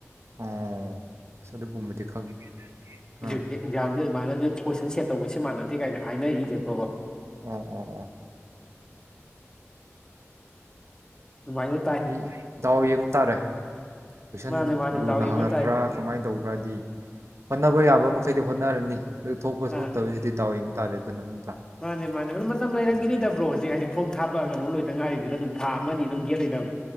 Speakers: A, on the right (about 65°); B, on the left (about 15°).
A: ꯑꯣ ꯑꯁ ꯑꯗꯨꯒꯨꯝꯕꯗꯤ ꯈꯪꯗꯦ꯫
B: ꯍꯧꯖꯤꯛꯇꯤ
A: ꯑꯥ
B: ꯑꯦꯛꯖꯥꯝꯗꯤ ꯑꯗꯨꯃꯥꯏꯅꯁꯨ ꯀꯣꯏꯁꯟ ꯁꯦꯠ ꯇꯧꯕꯁꯤ ꯃꯥꯟꯅꯗꯦ ꯀꯥꯏꯁꯨ ꯍꯥꯏꯅꯔꯤꯗꯀꯣ꯫
A: ꯑꯣ ꯑꯣ ꯑꯣ꯫
B: ꯗꯨꯃꯥꯏꯅ꯫
A: ꯁꯤ ꯗꯥꯎ ꯌꯦꯡꯕ ꯇꯥꯔꯦ ꯀꯨꯏꯁꯟ
B: ꯃꯥꯅꯦ ꯃꯥꯅꯦ
A: ꯂꯨꯅ
B: ꯗꯥꯎ ꯌꯦꯡꯕ
A: ꯍꯥꯡꯉꯛꯄ꯭ꯔꯥ
B: ꯇꯥꯏꯗ
A: ꯀꯃꯥꯏꯅ ꯇꯧꯕ꯭ꯔꯗꯤ ꯍꯣꯠꯅꯕ ꯌꯥꯕ ꯃꯈꯩꯗꯤ ꯍꯣꯠꯅꯔꯅꯤ꯫ ꯑꯗꯨ ꯊꯣꯛꯄ ꯊꯣꯛꯇꯕꯁꯤꯗꯤ
B: ꯑꯥ
A: ꯗꯥꯎ ꯌꯦꯡꯕ ꯇꯥꯔꯦꯗꯅ ꯅꯠꯇ꯭ꯔꯥ
B: ꯃꯥꯅꯦ ꯃꯥꯅꯦ ꯃꯇꯝ ꯂꯩꯔꯝꯒꯤꯅꯤꯗ
A: ꯎꯝ
B: ꯕ꯭ꯔꯣ ꯍꯧꯖꯤꯛ ꯍꯥꯏꯗꯤ ꯐꯣꯝ ꯊꯥꯕ ꯀꯩꯅꯣ ꯂꯣꯏꯇ ꯉꯥꯏꯔꯤꯅꯤꯅ ꯑꯗꯨꯝ ꯊꯥ ꯑꯃꯅꯤꯅꯤ ꯑꯗꯨꯝ ꯒꯦꯞ ꯂꯩꯅꯕꯅꯤ꯫